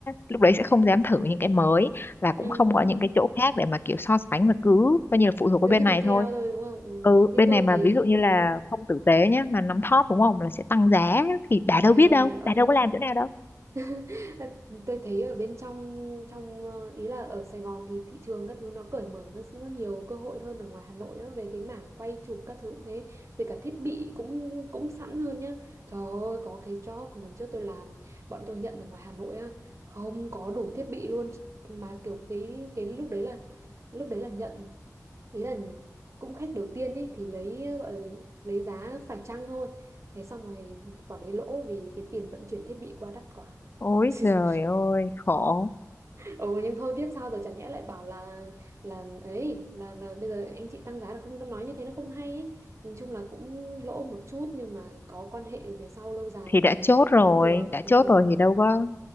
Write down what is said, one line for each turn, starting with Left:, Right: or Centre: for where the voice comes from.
Left: lúc đấy sẽ không dám thử những cái mới và cũng
Right: ừ
Left: không
Right: hứ.
Left: có những cái chỗ khác để mà kiểu so sánh mà cứ coi như là phụ thuộc vào
Right: cứ
Left: bên
Right: đi
Left: này
Right: theo
Left: thôi
Right: thôi đúng không ừ.
Left: ừ
Right: nhưng
Left: bên
Right: tôi
Left: này mà
Right: thấy
Left: ví dụ như là
Right: ấy
Left: không tử tế nhé mà nắm thóp đúng không là sẽ tăng giá thì đã đâu
Right: trời
Left: biết đâu
Right: ơi
Left: đã đâu có làm chỗ nào đâu
Right: <laughs> tôi thấy ở bên trong trong ờ, ý là ở Sài Gòn thì thị trường các thứ nó cởi mở nó nó nhiều cơ hội hơn ở ngoài Hà Nội đó về cái mảng quay chụp các thứ cũng thế rồi cả thiết bị cũng cũng sẵn hơn nhá trời ơi có cái job lần trước tôi làm bọn tôi nhận ở ngoài Hà Nội á không có đủ thiết bị luôn mà kiểu cái cái lúc đấy là lúc đấy là nhận ý là cũng khách đầu tiên ấy thì lấy gọi là lấy giá phải chăng thôi thế xong rồi quả đấy lỗ vì cái tiền vận chuyển thiết bị qua đắt quá
Left: ôi
Right: <laughs>
Left: trời ơi khổ
Right: ồ nhưng thôi biết sao rồi chả nhẽ lại bảo là là ấy là là bây giờ anh chị tăng giá được không nó nói như thế nó không hay ấy. nhìn chung là cũng lỗ một chút nhưng mà có quan hệ về sau lâu dài
Left: thì đã
Right: thì mình
Left: chốt rồi
Right: tính được
Left: đã
Right: ừ,
Left: chốt rồi thì đâu có